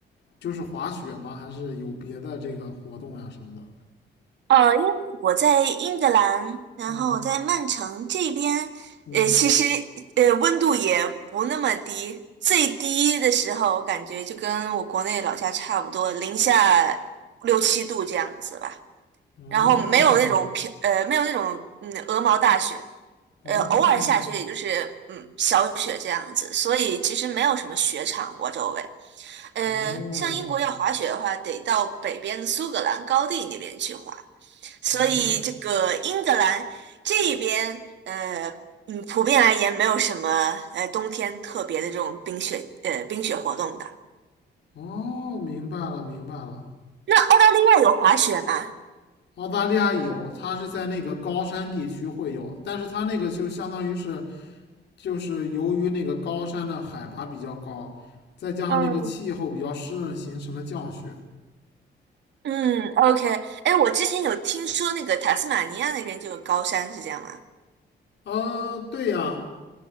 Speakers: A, on the left; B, on the right.
A: 就是滑雪吗？还是有别的这个活动呀什么的？
B: 呃，因为我在英格兰，然后我在曼城这边，
A: 嗯嗯，
B: 呃，其实呃温度也不那么低，最低的时候我感觉就跟我国内老家差不多，零下六七度这样子吧。
A: 哦
B: 然后没有那种平呃没有那种嗯鹅毛大雪，
A: 哦
B: 呃偶尔下雪也就是嗯小雪这样子，所以其实没有什么雪场我周围。呃，
A: 哦
B: 像英国要滑雪的话，得到北边的苏格兰高地那边去滑，所以这个英格兰这边呃嗯普遍而言没有什么呃冬天特别的这种冰雪呃冰雪活动的。
A: 哦哦，明白了明白了。
B: 那澳大利亚有滑雪吗？
A: 澳大利亚有，它是在那个高山地区会有，但是它那个就相当于是，就是由于那个高山的海拔比较高，再加上那个气候比较湿润形成的降雪。
B: 嗯。嗯，OK，哎，我之前有听说那个塔斯马尼亚那边就有高山，是这样吗？
A: 呃，对呀，